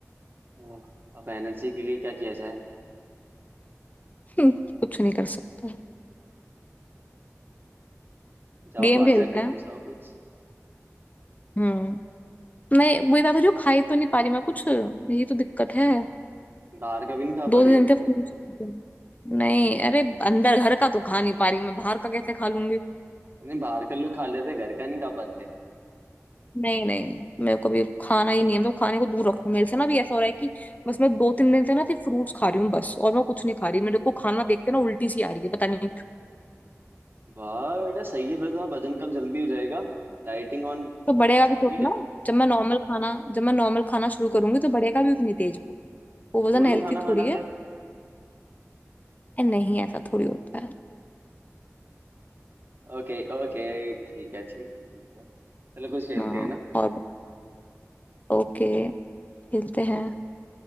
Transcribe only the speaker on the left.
हम्म, कुछ नहीं कर सकता
गेम
खेलते
हैं
हम्म नहीं वही बात है जो खाई तो नहीं पा रही मैं कुछ ये तो दिक्कत है
दो
दिन
से फोन चलाती हूँ। नहीं अरे अंदर घर का तो खा नहीं पा रही मैं बाहर का कैसे खा लूंगी
नहीं नहीं मेरे को भी खाना ही नहीं है तो खाने को दूर रखो मेरे से ना भी ऐसा हो रहा है कि बस मैं दो तीन दिन से ना सिर्फ फ्रूट्स खा रही हूँ बस और मैं कुछ नहीं खा रही मेरे को खाना देखते ना उल्टी सी आ रही है पता नहीं
तो बढ़ेगा
भी तो उतना जब मैं नॉर्मल खाना जब मैं नॉर्मल खाना शुरू करूंगी तो बढ़ेगा भी उतनी तेज वो
वो
वजन हेल्थी
थोड़ी
है ए, नहीं ऐसा थोड़ी होता है
हाँ
और ओके खेलते हैं